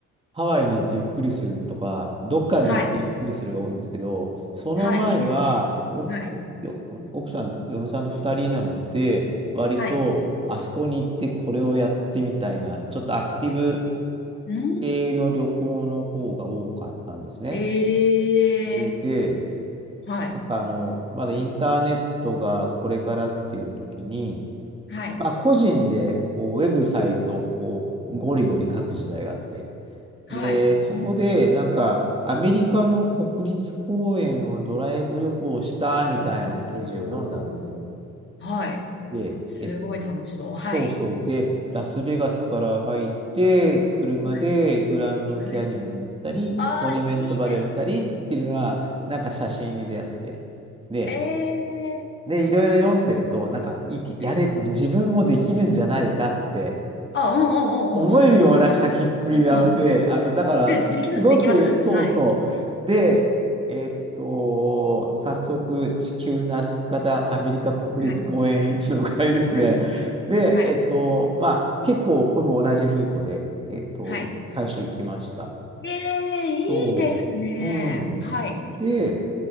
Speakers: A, on the right; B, on the left.
A: ハワイに行ってゆっくりするとか、どっかに行ってゆっくりするが多いんですけど、
B: はい。
A: その前は、
B: はい。いいですね。
A: お、
B: はい。
A: よ、奥さんと、嫁さんと2人なので、割と、
B: はい。
A: あそこに行ってこれをやってみたいな、ちょっとアクティブ
B: うーん。
A: 系の旅行の方が多かったんですね。
B: ええ
A: それで、
B: ー。はい。
A: なんかあの、まだインターネットがこれからっていう時に、
B: はい。
A: まあ個人でこうウェブサイトをこうゴリゴリ書く時代があって。
B: はい。
A: で、そこでなんかアメリカの国立公園をドライブ旅行したみたいな記事を読んだんですよ。
B: おーおーはい。
A: で、
B: すごい楽しそう。
A: え、そうそう。
B: はい。
A: で、ラスベガスから入って、車でグランドキャニオンに行ったり、
B: はい。はい。ああ、
A: モニュメントバレーを見たりっていうのが、
B: いいですね。
A: なんか写真に出会って。で、
B: へえ。
A: で、いろいろ読んでると、なんか、いき、
B: はい。
A: やれ、自分もできるんじゃないかって
B: あ、うんうんうん
A: 思えるような書きっぷりなので、
B: うんうんうん。うん。
A: あの、だから、
B: で、できます、
A: すごく、
B: できます。
A: そうそう。
B: はい。
A: で、えっと、早速、地球の歩き方、アメリカ国立公園編地の会ですね。
B: はい。はい。
A: で、
B: はい。
A: えっと、まあ、結構、ほぼ同じルートで、えっと、
B: はい。
A: い最初行きました。
B: ええ、いいですね。
A: そう。うん。
B: はい。
A: で、